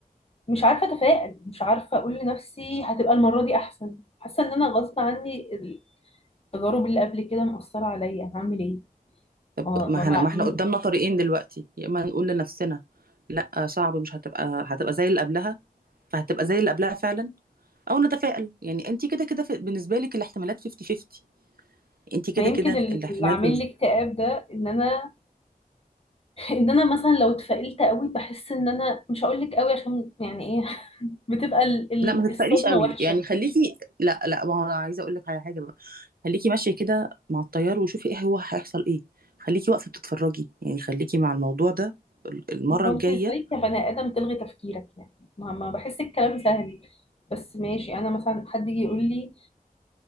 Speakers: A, on the left; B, on the right.
A: مش عارفه اتفائل مش عارفه اقول لنفسي هتبقى المره دي احسن حاسه ان انا غصب عني التجارب اللي قبل كده مأثره عليا هعمل ايه
B: طب
A: ما
B: ما
A: ما
B: احنا
A: ما,
B: ما احنا قدامنا طريقين دلوقتي يا اما نقول لنفسنا لا آه، صعب مش هتبقى هتبقى زي اللي قبلها فهتبقى زي اللي قبلها فعلا او نتفائل يعني انت كده كده في- بالنسبة لك الاحتمالات 50 50 انت كده
A: ما يمكن
B: كده
A: اللي
B: الاحتمالات
A: عامل
B: بال...
A: لي اكتئاب ده ان انا ان انا مثلا لو اتفائلت قوي بحس ان انا مش هقول لك قوي عشان يعني ايه <laughs> بتبقى ال- ال-
B: لا ما تتفائليش
A: الصدمه
B: قوي
A: وحشه
B: يعني خليكي لا لا ما هو انا عايزه اقول لك على حاجه بقى خليكي ماشيه كده مع التيار وشوفي ايه هو هيحصل ايه خليكي واقفه بتتفرجي يعني خليكي مع الموضوع ده ال- المره
A: ما هو
B: الجايه
A: انت ازاي كبني ادم تلغي تفكيرك يعني ما, ما بحس الكلام سهل بس ماشي انا مثلا حد يجي يقول لي